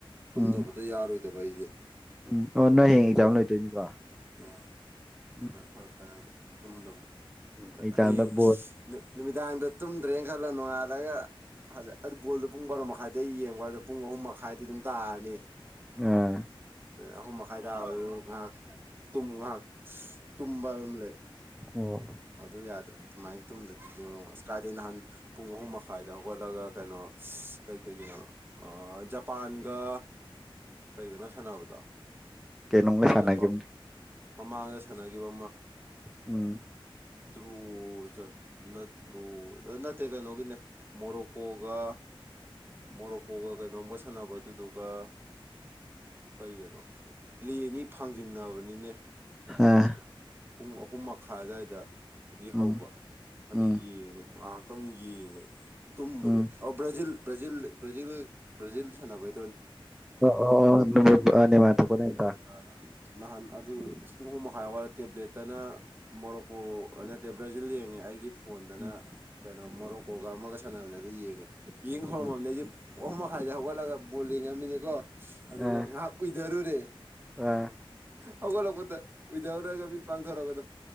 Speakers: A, on the right (about 25°); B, in the centre.
A: ꯇꯨꯝꯗꯕꯗꯣ
B: ꯎꯝ
A: ꯌꯥꯔꯣꯏ ꯗꯕ ꯑꯩꯖꯦ
B: ꯎꯝ ꯑꯣ ꯅꯣꯏ ꯍꯌꯦꯡ ꯑꯦꯛꯖꯥꯝ ꯂꯣꯏꯗꯣꯏꯅꯤꯀꯣ
A: ꯑ
B: ꯎꯝ
A: ꯐꯔ ꯐꯔꯛ ꯇꯥꯢꯌꯦꯕ ꯇꯨꯝꯗꯧꯕꯗꯣ
B: ꯎꯝ ꯑꯦꯛꯖꯥꯝꯗ
A: ꯍꯌꯦꯡ
B: ꯕꯣꯜ
A: ꯅꯨꯃꯤꯗꯥꯡꯗꯣ ꯇꯨꯝꯗ꯭ꯔꯦꯅ ꯈꯜꯂꯣ ꯅꯣꯡꯉꯥꯜꯂꯒ ꯐꯖ ꯑꯗꯨ ꯕꯣꯜꯗꯣ ꯄꯨꯡ ꯕꯥꯔꯣ ꯃꯈꯥꯏꯗ ꯌꯦꯡꯕ ꯑꯗ ꯄꯨꯡ ꯑꯍꯨꯝ ꯃꯈꯥꯏꯗꯤ ꯑꯗꯨꯝ ꯇꯥꯔꯅꯤ
B: ꯑꯥ
A: ꯑꯍꯨꯝ ꯃꯈꯥꯏ ꯇꯥꯔꯁꯨ ꯉꯥꯏꯍꯥꯛ ꯇꯨꯝ ꯉꯥꯏꯍꯥꯛ ꯇꯨꯝꯕ ꯍꯥꯢꯕ ꯑꯃ ꯂꯩ
B: ꯑꯣ
A: ꯑꯗꯨ ꯌꯥꯗꯦ ꯑꯗꯨꯃꯥꯏꯅ ꯇꯨꯝꯗꯗꯤ ꯏꯕꯨꯡꯉꯣ ꯀꯥꯏꯗꯩ ꯅꯍꯥꯟ ꯄꯨꯡ ꯑꯍꯨꯝ ꯃꯈꯥꯏꯗ ꯍꯒꯠꯂꯒ ꯀꯩꯅꯣ ꯑꯁ ꯀꯩ ꯀꯩꯒꯤꯅꯣ ꯖꯄꯥꯟꯒ ꯀꯩꯒꯅꯣ ꯁꯥꯟꯅꯕꯗꯣ
B: ꯀꯩꯩꯅꯣꯒ ꯁꯥꯟꯅꯒꯤꯝꯅꯦ
A: ꯖꯄꯥꯟ ꯃꯃꯥꯡꯗ ꯁꯥꯟꯅꯈꯤꯕ
B: ꯎꯝ
A: ꯇ꯭ꯔꯣ ꯆꯠ ꯅꯠꯇ꯭ꯔꯣ ꯅꯠ ꯅꯠꯇꯦ ꯀꯩꯅꯣꯒꯤꯅꯦ ꯃꯣꯔꯣꯛꯀꯣꯒ ꯃꯣꯔꯣꯀꯣꯒ ꯀꯩꯅꯣꯒ ꯁꯥꯟꯅꯕ ꯑꯗꯨꯗꯨꯒ ꯀꯩꯒ ꯅꯣ ꯐꯥꯡꯖꯤꯟꯅꯕꯅꯤꯅꯦ
B: ꯑꯥ
A: ꯄꯨꯡ ꯑꯍꯨꯝ ꯃꯈꯥꯏ ꯑꯗꯥꯏꯗ ꯑꯗꯒꯤ ꯍꯧꯕ
B: ꯎꯝ
A: ꯑꯗ
B: ꯎꯝ
A: ꯌꯦꯡꯉꯦ ꯉꯍꯥꯛꯇꯪ ꯌꯦꯡꯉꯦ ꯇꯨꯝꯃꯨꯔꯦ
B: ꯎꯝ
A: ꯕ꯭ꯔꯖꯤꯜ ꯕ꯭ꯔꯖꯤꯜ ꯕ꯭ꯔꯖꯤꯜ ꯕ꯭ꯔꯖꯤꯜ ꯁꯅꯕꯩ
B: ꯑꯗꯣ ꯑ ꯅꯦꯃꯥꯔ ꯇꯨꯕ ꯅꯨꯃꯤꯠꯇ
A: ꯑ ꯅꯍꯥꯟ ꯑꯗꯨ ꯄꯨꯡ ꯑꯍꯨꯝ ꯃꯈꯥꯏ ꯍꯧꯒꯠꯂ ꯇꯦꯕ꯭ꯂꯦꯠꯇꯅ ꯃꯣꯔꯣꯀꯣ ꯑ ꯅꯠꯇꯦ ꯕ꯭ꯔꯖꯤꯜ ꯌꯦꯡꯉꯦ ꯑꯩꯒꯤ ꯐꯣꯟꯗꯅ
B: ꯎꯝ
A: ꯀꯩꯅꯣ ꯃꯣꯔꯣꯀꯣꯒ ꯑꯃꯒ ꯁꯥꯟꯅꯕꯅꯦ ꯑꯗꯨ ꯌꯦꯡꯉꯦ ꯌꯦꯡ ꯍꯧꯔꯝꯃꯅꯦ
B: ꯎꯝ
A: ꯑꯩꯁꯦ ꯑꯍꯨꯝ ꯃꯈꯥꯏꯗ ꯍꯧꯒꯠꯂꯒ ꯕꯣꯜ ꯂꯡꯉꯝꯃꯤꯅꯤꯀꯣ ꯑꯗꯨꯒ
B: ꯑ
A: ꯉꯥꯏꯍꯥꯛ ꯎꯏꯊꯔꯨꯔꯦ
B: ꯑ
A: ꯍꯧꯒꯠꯂꯛꯄꯗ ꯎꯢꯊꯔꯨꯔꯒ ꯃꯤꯠ ꯄꯥꯡꯊꯣꯔꯛꯄꯗ